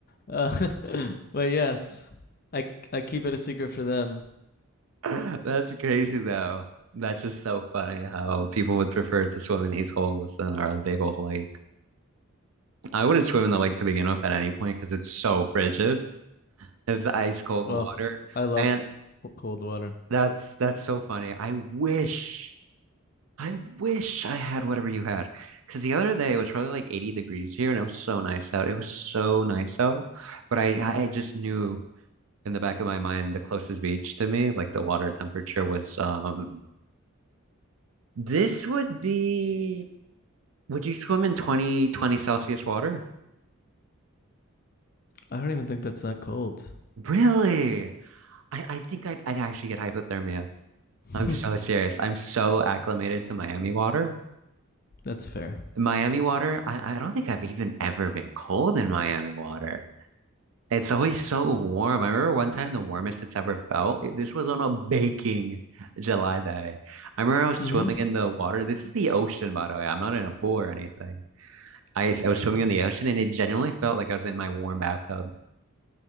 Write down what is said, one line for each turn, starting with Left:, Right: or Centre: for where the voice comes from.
Left: uh, <laughs> but yes. I I keep it a secret for them.
Right: That's crazy though. That's just so funny how people would prefer to swim in these holes than our big old lake. I wouldn't swim in the lake to begin with at any point because it's so frigid. It's ice cold
Left: Ugh,
Right: water.
Left: I love
Right: And
Left: cold water.
Right: That's that's so funny. I wish, I wish I had whatever you had. Because the other day it was probably like 80 degrees here and it was so nice out. It was so nice out. But I I just knew in the back of my mind the closest beach to me, like the water temperature was um this would be would you swim in twenty twenty Celsius water?
Left: I don't even think that's that cold.
Right: Really? I, I think I'd I'd actually get hypothermia.
Left: <laughs>
Right: I'm so serious. I'm so acclimated to Miami water
Left: that's fair.
Right: Miami water, I, I don't think I've even ever been cold in Miami water. It's always so warm. I remember one time the warmest it's ever felt. it- This was on a baking July day. I remember I was
Left: Mm-hmm.
Right: swimming in the water. This is the ocean, by the way. I'm not in a pool or anything. I, s- I was swimming in the ocean and it genuinely felt like I was in my warm bathtub.